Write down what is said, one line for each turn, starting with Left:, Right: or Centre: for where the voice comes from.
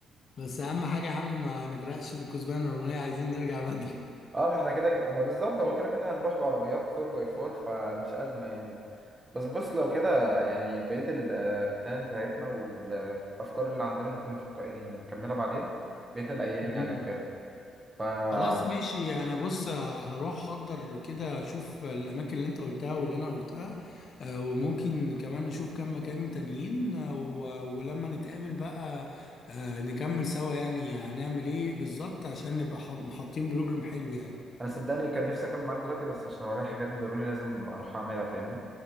Left: بس اهم حاجه يا عم ما نغرقش في الكثبان الرومانيه عايزين نرجع بدري
Right: اه ما احنا كده ك- ما بالظبط هو كده كده هنروح بعربيات 4x4 فمش أزمة يعني بس بص لو كده يعني بقية البلان بتاعتنا والأفكار اللي عندنا ممكن نفك- يعني نكملها بعدين بقية
Left: <laughs>
Right: الأيام
Left: امم
Right: يعني وكده فأنا
Left: خلاص ماشي انا بص هروح احضر كده اشوف الاماكن اللي انت قلتها واللي انا قلتها آه، وممكن كمان نشوف كم مكان تانيين آه، و- ولما نتقابل بقى آه، نكمل سوا يعني هنعمل ايه بالظبط عشان نبقى ح- حاطين بروجرام حلو يعني
Right: صدقني كان نفسي أكمل معاك دلوقتي بس عشان ورايا حاجات ضروري لازم أروح أعملها فاهمني